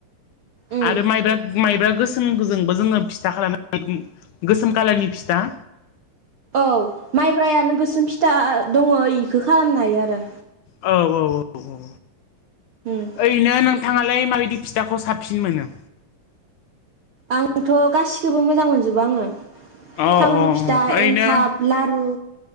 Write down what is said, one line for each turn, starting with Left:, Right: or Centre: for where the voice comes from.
Right: उम
Left: आरो माइब्रा माइब्रा गोसोम जों जोङो फिथा खालामनो गोसोम कालारनि फिथा
Right: औ माइब्रायानो गोसोम फिथा दङ इखो खालामनो हायो आरो
Left: औ औ औ औ
Right: उम
Left: ओरैनो नोंथाङालाय माबायदि फिथाखौ साबसिन मोनो?
Right: आंथ गासिखौबो मोजां मोनजोबो आङो।
Left: अ अ
Right: थावनि
Left: अ
Right: फिथा
Left: ओरैनो
Right: एन्थाब लारु